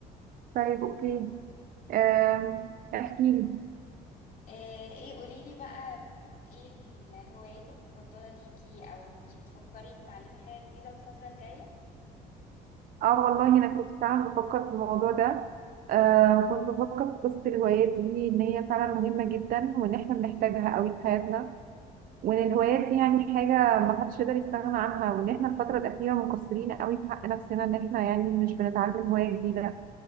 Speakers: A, on the right; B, on the left.
A: طيب اوكي آم، احكيلي
B: آه، ايه قوليلي بقى ايه الهوايات المفضلة ليكي او مش بتفكري تتعلمي حاجة جديدة الفترة الجاية؟
A: اه والله انا كنت فعلا بفكر في الموضوع ده آه كنت بفكر في قصة الهوايات دي ان هي فعلا مهمة جدا وان احنا بنحتاجها قوي في حياتنا وان الهوايات دي يعني حاجة ما حدش يقدر يستغنى عنها وان احنا الفترة الأخيرة مقصرين قوي في حق نفسنا ان احنا يعني مش بنتعلم هواية جديدة